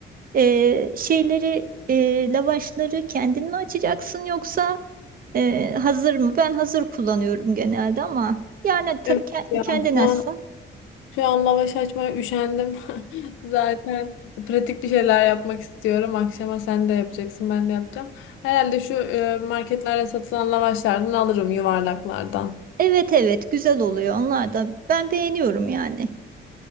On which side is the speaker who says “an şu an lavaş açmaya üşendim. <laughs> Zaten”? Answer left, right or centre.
Left